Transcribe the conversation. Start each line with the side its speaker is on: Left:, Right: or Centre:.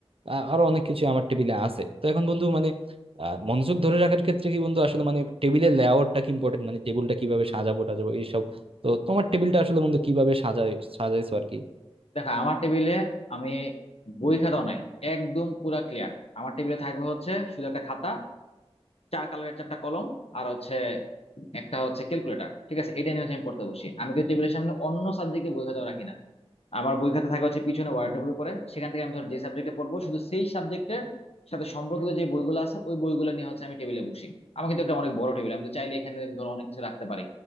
Right: আহ, আরো অনেক কিছু আমার টেবিলে আছে তো এখন বন্ধু মানে আহ, মনোযোগ ধরে রাখার ক্ষেত্রে কি বন্ধু আসলে মানে টেবিলের লেআউটটা কি ইম্পর্টেন্ট মানে টেবিলটা কিভাবে সাজাবো টাজাবো এইসব তো তোমার টেবিলটা আসলে বন্ধু কিভাবে সাজাই সাজাইছো আর কি
Left: দেখো আমার টেবিলে আমি বই খাতাও নাই একদম পুরা ক্লিয়ার আমার টেবিলে থাকবে হচ্ছে শুধু একটা খাতা চার কালারের চারটা কলম আর হচ্ছে একটা হচ্ছে ক্যালকুলেটর ঠিক আছে এটা নিয়ে হচ্ছে আমি পড়তে বসি আমি কিন্তু টেবিলের সামনে অন্য সাবজেক্টে বই খাতাও রাখি না আমার বই খাতা থাকে হচ্ছে পিছনে ওয়ার্ডের উপরে সেখান থেকে আমি ধর যে সাবজেক্টে পড়বো শুধু সেই সাবজেক্টের সাথে সম্পর্কিত যে বইগুলো আছে ওই বইগুলো নিয়ে হচ্ছে আমি টেবিলে বসি আমার কিন্তু একটা অনেক বড় টেবিল আমি তো চাইলে এখানে ধর অনেক কিছু রাখতে পারি